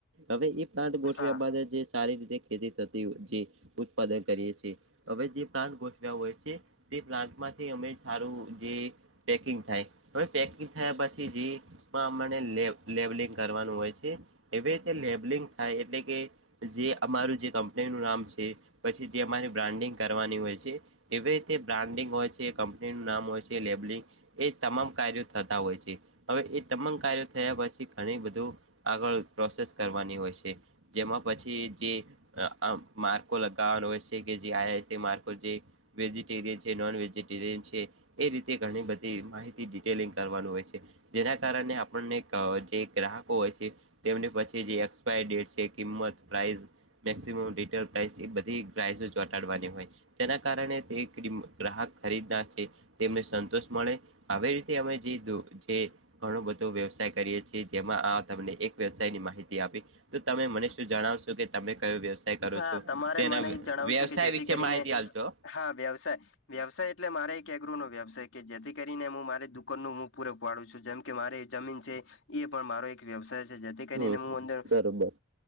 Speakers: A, on the right; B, on the left.
A: હવે એ પ્લાન્ટ
B: હા
A: ગોઠવ્યા બાદ જે સારી રીતે ખેતી થતી જે ઉત્પાદન કરીએ છ છીએ હવે જે પ્લાન્ટ ગોઠવ્યા હોય છે તે પ્લાન્ટ માંથી અમે સારું જે પેકિંગ થાય હવે પેકિંગ થયા પછી જે એમાં અમારે લેબલિંગ કરવાનું હોય છે એવી રીતે લેબલિંગ થાય એટલે કે જે અમારું જે કંપની નું નામ છે પછી જે અમારી બ્રાન્ડિંગ કરવાની હોય છે એવી રીતે બ્રાન્ડિંગ હોય છે કંપનીનું નામ હોય છે લેબલિંગ એ તમામ કાર્યો થતા હોય છે હવે એ તમામ કાર્યો થયા પછી ઘણી બધું આગળ પ્રોસેસ કરવાની હોય છે જેમાં પછી જે અ માર્કો લગાવવાનો હોય છે કે જે આ છે માર્કો જે વેજિટેરિયન છે નોન વેજિટેરિયન છે એ રીતે ઘણી બધી માહિતી ડિટેલિંગ કરવાનું હોય છે જેના કારણે આપણને જે ગ્રાહકો હોય છે તેમને પછી જે એક્સપાયરી ડેટ છે કિંમત પ્રાઇસ મેક્સિમમ ડીટેલ પ્રાઇસ એ બધી પ્રાઇસો ચોટાડવાની હોય તેના કારણે તે ગ્રાહક ખરીદનાર છે તેમને સંતોષ મળે આવી રીતે અમે જે ધું જે ઘણો બધો વ્યવસાય કરીએ છીએ જેમાં આ તમને એક વ્યવસાય ની માહિતી આપી તો તમે મને શું જણાવશો કે તમે કયો વ્યવસાય કરો
B: હા
A: છો
B: તમારે
A: તેના
B: મને એ જણાવું
A: વ્યવસાય
B: છે કે જેથી
A: વિશે
B: કરીને
A: માહિતી આપજો
B: હા વ્યવસાય વ્યવસાય એટલે મારે એક એગ્રો નો વ્યવસાય કે જેથી કરીને હું મારી દુકાન નું મુ પૂરે પાડું છું જેમ કે મારી જમીન છે એ પણ મારો એક વ્યવસાય છે જેથી કરીને
A: હમ
B: હું અંદર
A: ખબર